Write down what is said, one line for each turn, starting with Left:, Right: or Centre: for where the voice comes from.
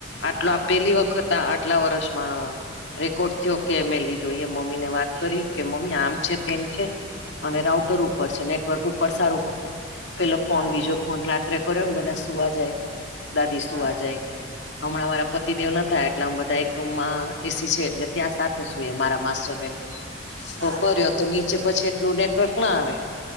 Left: આટલો
Right: હા
Left: આ
Right: હા
Left: પેલી વખત આટલા વર્ષમાં રેકોર્ડ થીયો કે એ લીધ લીધો મમ્મી ને વાત કરી
Right: એજ
Left: કે મમ્મી
Right: હા
Left: આમ છે તેમ છે અને રાઉટર ઉપર છે નેટવર્ક ઉપર સારું પકડે. પેલો ફોન
Right: હા
Left: બીજો ફોન રાત્રે કર્યો ને બધા સુવા જાય તો દાદી સુવા
Right: હા
Left: જાય. હમણાં મારા પતિદેવ ન એટલે આમ બધા એક રૂમમાં એસી છે એટલે. ત્યાં સાથે સુઈ મારા માસ્ટર બેઠ
Right: હા
Left: તો કર્યો
Right: હા
Left: તો નીચે પછી એટલું નેટવર્ક ના આવે.